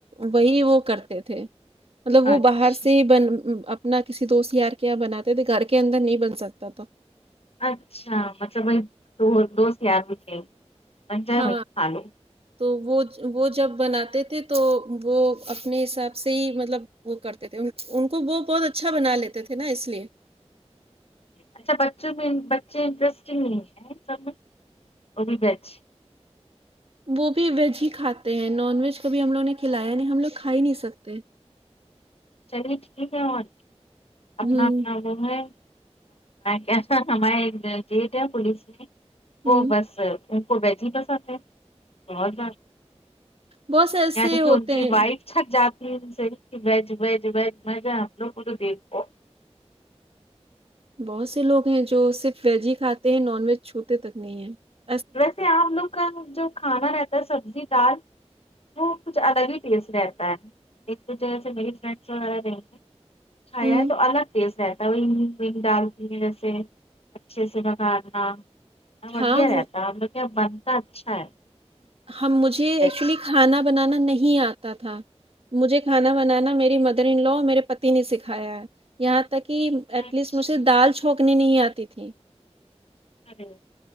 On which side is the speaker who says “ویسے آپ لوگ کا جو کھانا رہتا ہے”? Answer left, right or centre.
Left